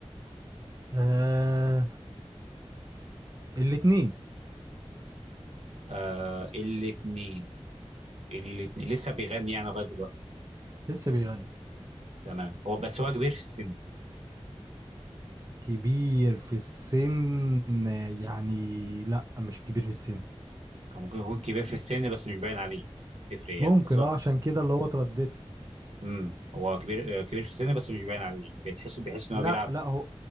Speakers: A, on the right; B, on the right.
A: آه الاتنين
B: آه الاثنين الاثنين لسه بيغني يعني لغاية دلوقتي
A: لسه بيغني
B: تمام هو بس هو كبير في السن
A: كبير في السن آه، يعني لا مش كبير في السن
B: أو ممكن يكون كبير في السن بس مش باين عليه تفرق يعني
A: ممكن
B: بس هو
A: اه عشان كده اللي هو اترددت
B: امم هو كبير آه، كبير في السن بس مش باين عليه بتحس بيحس ان
A: لا
B: هو بيلعب
A: لا هو